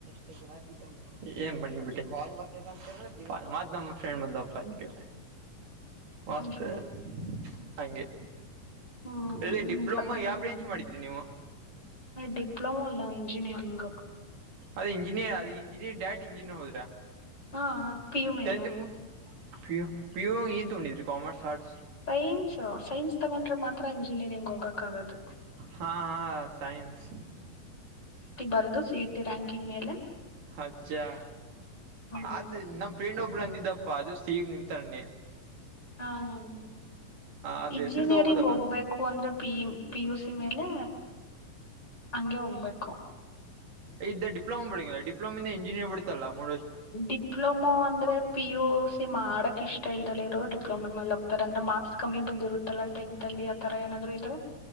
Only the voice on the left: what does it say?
ಹ್ಮ್
ಹ್ಮ್
ಡಿಪ್ಲೊಮೋ ಇಲ್ಲ ಇಂಜಿನಿಯರಿಂಗ್
ಹಾ ಪಿ ಯು ಮೇಲೆ
ಸೈನ್ಸ್ ಸೈನ್ಸ್ ತಗೊಂಡ್ರೆ ಮಾತ್ರ ಇಂಜಿನಿಯರಿಂಗ್ ಹೋಗಕ್ ಆಾಗದು
ಬರದು ಸಿ ಇ ರ್ಯಾಂಕಿಂಗ್ ಮೇಲೆ
ಹೋಗ್ಬೇಕು
ಹ್ಮ್ ಹ್ಮ
ಇಂಜಿನಿಯರಿಂಗ್
ಹೋಗ್ಬೇಕು ಅಂದ್ರೆ ಪಿ ಪಿ ಯುಸ ಮೇಲೆ ಹಂಗೆ ಹೋಗ್ಬೇಕು
ಡಿಪ್ಲೊಮೋ ಅಂದ್ರೆ ಪಿ ಯು ಸಿ ಮಾಡಕ್ ಇಷ್ಟ ಇಲ್ದಲ್ಲಿ ಇರೋ ಡಿಪ್ಲೊಮ ಮೇಲೆ ಹೋಗತಾರೆ ಅಂದ್ರ ಮಾರ್ಕ್ಸ್ ಕಮ್ಮಿ ಬಂದಿರುತ್ತಲ್ಲ ಟೆಂತ್ ಅಲ್ಲಿ ಆ ತರ ಏನಾದ್ರು ಇದ್ರರು